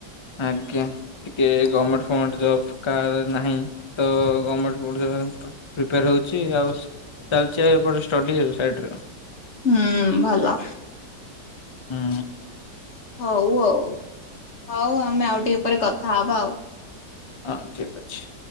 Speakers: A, on the left; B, on the left.
A: ଆଜ୍ଞା ଟିକେ ଗମେଣ୍ଟ ଫମେଣ୍ଟ ଜବ କାର ନାହିଁ ତ ଗମେଣ୍ଟ ପ୍ରିପେୟାର ହଉଛି ଆଉ ଚାଲିଛି ଆଉ ଏପଟେ ଷ୍ଟାଡି ସାଇଟ ରେ।
B: ହୁଁ ଭଲ
A: ହୁଁ
B: ହଉ ଆଉ ହଉ ଆମେ ଆଉ ଟିକେ ଉପରେ କଥା ହବା ଆଉ।
A: ହଁ ଠିକ ଅଛି।